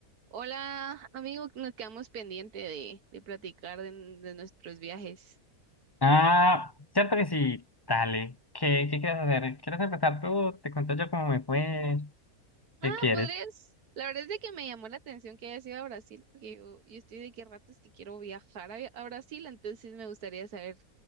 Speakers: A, on the right; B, on the left.
A: Hola, amigo, nos quedamos pendiente de, de platicar de, de nuestros viajes.
B: Ah, cierto que sí. Dale. ¿Qué, qué quieres hacer? ¿Quieres empezar tú? Te cuento yo cómo me fue.
A: Ah,
B: ¿Qué quieres?
A: podrías. La verdad es de que me llamó la atención que hayas ido a Brasil, porque yo, yo estoy de que ratos que quiero viajar a, a Brasil, entonces me gustaría saber